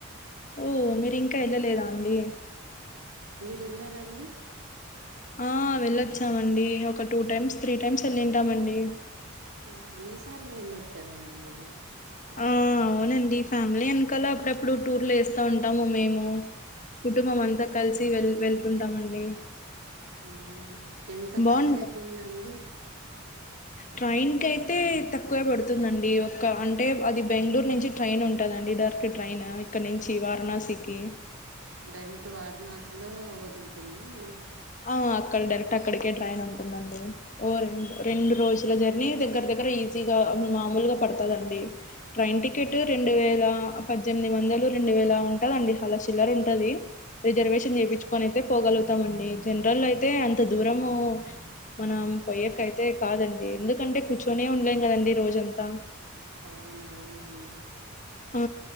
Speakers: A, on the left (about 35°); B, on the right (about 80°).
A: ఓ మీరింక ఎళ్ళలేదా అండి
B: వెళ్లరండి
A: ఆ వెళ్ళొచ్చామండి. ఒక టూ టైమ్స్, త్రీ టైమ్స్ వెళ్ళింటామండి.
B: వా అన్ని సార్లు వెళ్ళొచ్చారండి మీరు
A: ఆ అవునండి. ఫ్యామిలీ ఎనకాల అప్పుడప్పుడు టూర్ల్ ఏస్తా ఉంటాము మేము కుటుంబం అంతా కల్సి వెల్ వెళ్తుంటామండి.
B: అవునా ఎంత
A: బాన్
B: ఖర్చ్ అయితుందండి.
A: ట్రైన్ కైయితే తక్కువే పడుతుందండి. ఒక అంటే అది బెంగళూర్ నుంచి ట్రైన్ ఉంట లాడిడర్కి ట్రైన్ ఇక్కడ్నుంచి వారణాసికి
B: డైరెక్ట్ వారణాసిలో వదులుతుంద అండి.
A: ఆ అక్కడ డైరెక్ట్ అక్కడికే డ్రైన్ ఉంటుందండి. ఓ రెండు రెండు రోజుల జర్నీ దగ్గర దగ్గర ఇ ఈసీగా మాముల్గా పడతాదండి. ట్రైన్ టికెట్ రెండు వేల పద్దెనిమిది వందలు రెం రెండు వేలా ఉంటదండి అలా చిల్లర్ ఉంటది. రిజర్వేషన్ చేపిచ్చుకోన్ అయితే పోగలుగుతామండి. జనరల్లో అయితే అంత దూరము మనం పొయ్యేకైతే కాదండి. ఎందుకంటే కూర్చొనే ఉండలేం కదండి రోజంతా
B: అవునవునండి.
A: ఆ